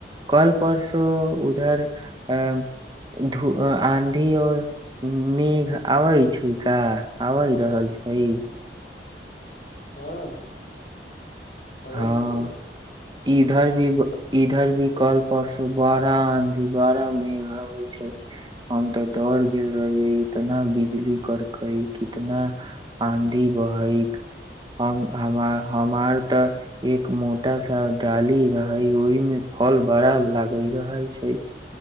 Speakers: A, on the right; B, on the left.
A: काल-परसो ओहि दिस आँधी आ मेघ आबैत छै कि नहि? हाल छै
B: हँ अबै
A: हँ
B: छियै ने
A: इधर
B: हम
A: भी इधर भी कल पर से बड़ा आंधी बड़ा मेघा होइ छै हम तऽ डर गेल रहियै इतना बिजली करकै कितना आंधी बहै हम हमर तऽ एक मोटा डाली रहे ओहि मे फल बड़ा लागे रहल छै